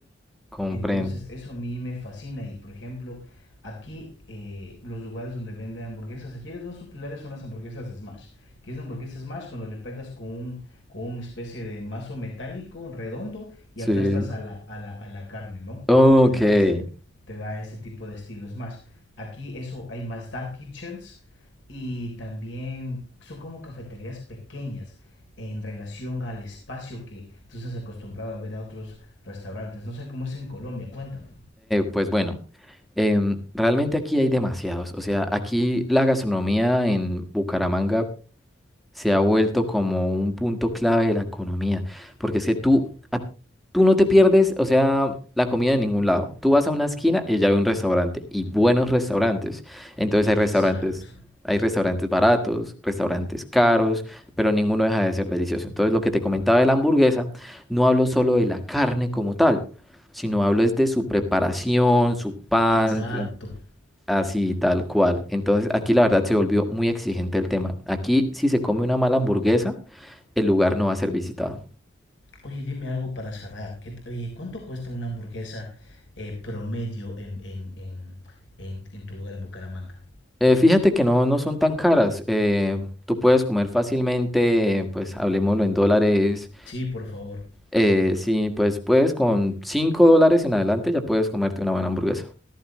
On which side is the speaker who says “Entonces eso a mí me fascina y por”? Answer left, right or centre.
Left